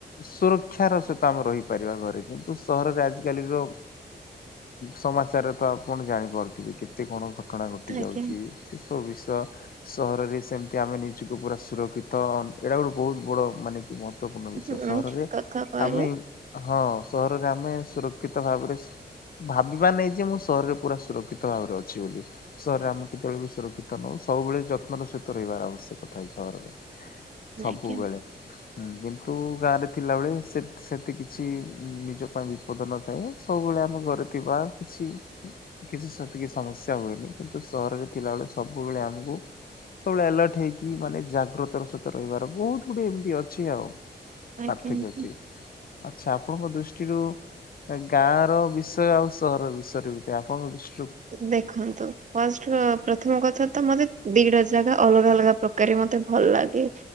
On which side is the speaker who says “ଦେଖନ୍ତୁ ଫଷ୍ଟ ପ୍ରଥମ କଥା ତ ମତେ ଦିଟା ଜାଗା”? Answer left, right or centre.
Right